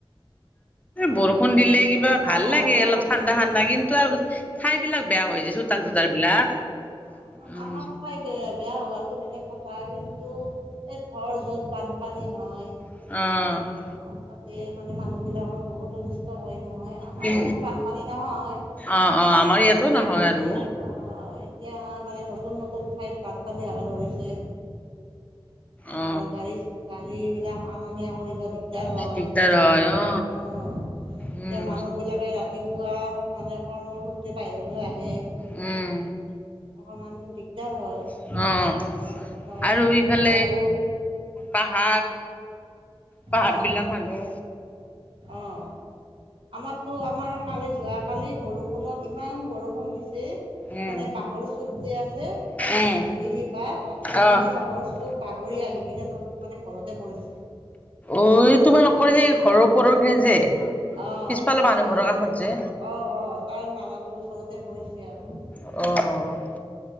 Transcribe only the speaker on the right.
এইবোৰ
নালাগে
হঠাতে
অ' ন
আমাৰ ঠাই বে বেয়া হোৱাটো বেলেগ কথা কিন্তু এই থৰ যত বানপানী হয়।
অ' তাতে মানে মানুহ বিলাকৰ বহুত অনষ্ট হয় নহয়। আমাৰ
এনেকুৱা বানপানী নহয়
এতিয়া
অহ। এতিয়া মানে নতুন নতুন ঠাইত বানপানী হ'ব ধৰিছে।
ধৰ গাড়ী গাড়ী বিলাক অনা নিয়া কৰিব দিগদাৰ হয়
মানুহ
অহ
এতিয়া মানুহবিলাকে ৰাতিপুৱা মানে কৰ্মসূত্ৰে বাহিৰলৈ আহে।
অকমান দিগদাৰ হয়
আৰু ধৰ
আৰু
অহ
অহ। আমাৰতো আমাৰ কালি যোৱাকালি বৰষুণত ইমান বৰষুণ দিছে।
মানে বাঁহৰ চুপ যে আছে
বিজুলী বাহ বিজুলী
বাহৰ চুপ বাগৰি আহি কিনে তো মানে ঘৰতে পৰিছে।
অ'
আমাৰ
ঘৰত
অ' অ' তাৰ মালাটো ওচৰতে পৰিছে আৰু।